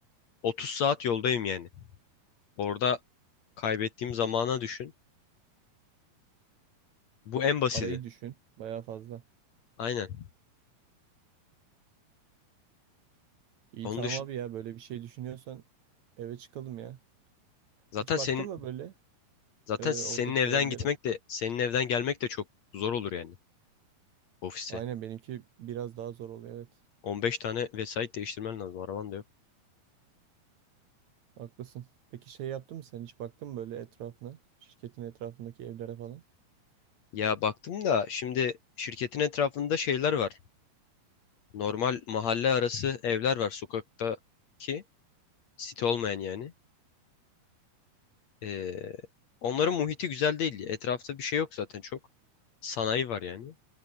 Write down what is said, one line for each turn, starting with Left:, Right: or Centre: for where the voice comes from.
Left: 30 saat yoldayım yani. Orada kaybettiğim zamana düşün. Bu en basiti.
Right: Parayı düşün. Bayağı fazla.
Left: Aynen.
Right: İyi
Left: Onu
Right: tamam
Left: düşün.
Right: abi ya böyle bir şey düşünüyorsan eve çıkalım ya.
Left: Zaten
Right: Hiç
Left: senin
Right: baktın mı böyle
Left: zaten
Right: e,
Left: senin
Right: oradaki
Left: evden
Right: evlere?
Left: gitmek de senin evden gelmek de çok zor olur yani ofise.
Right: Aynen benimki biraz daha zor oluyor evet.
Left: on beş tane vesait değiştirmen lazım. Araban da yok.
Right: Haklısın. Peki şey yaptın mı sen hiç baktın mı böyle etrafına? Şirketin etrafındaki evlere falan?
Left: Ya baktım da şimdi şirketin etrafında şeyler var. Normal mahalle arası evler var sokaktaki site olmayan yani. Ee, onların muhiti güzel değil. Etrafta bir şey yok zaten çok. Sanayi var yani.